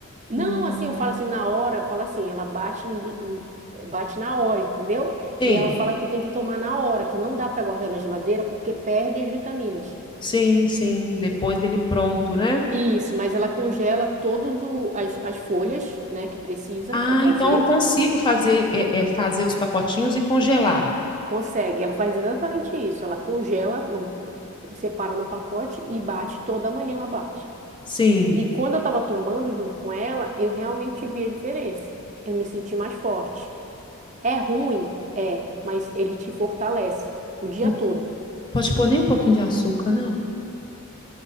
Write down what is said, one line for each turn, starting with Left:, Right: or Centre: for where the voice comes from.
Right: Não,
Left: Hum.
Right: assim, eu falo assim na hora, fala assim, ela bate, em di- em- bate na hora, entendeu?
Left: Sim,
Right: E ela fala que tem que tomar na hora, que não dá para guardar na geladeira porque perde as vitaminas.
Left: sim, sim. Depois dele pronto, né?
Right: Isso, mas ela congela todas as, as folhas, né, que precisa
Left: Ah,
Right: para fazer
Left: então eu consigo fazer, é, é, fazer os pacotinhos e congelar.
Right: Consegue, ela faz exatamente isso. Ela congela, num- separa num pacote e bate toda manhã ela bate.
Left: Sim.
Right: E quando eu estava tomando junto com ela, eu realmente vi a diferença. Eu me senti mais forte. É ruim? É, mas ele te fortalece o dia
Left: N-
Right: todo.
Left: Pode pôr nem um pouquinho de açúcar, não?